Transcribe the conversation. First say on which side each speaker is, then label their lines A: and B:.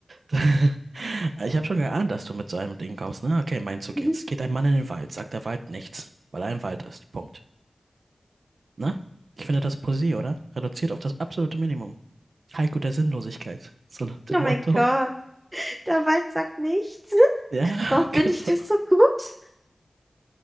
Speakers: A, on the right (about 85°); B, on the right (about 20°).
A: <laughs> Ich habe schon geahnt, dass du mit so einem Ding kommst, ne? Okay, mein Zug
B: <laughs>
A: jetzt. Geht ein Mann in den Wald, sagt der Wald nichts, weil er im Wald ist. Punkt. Na? Ich finde das Poesie, oder? Reduziert auf das absolute Minimum. Haiku der Sinnlosigkeit. So nach dem
B: Oh mein
A: Motto.
B: Gott, der Wald sagt nichts.
A: Ja,
B: <laughs> Warum finde
A: <laughs> genau.
B: ich das so gut?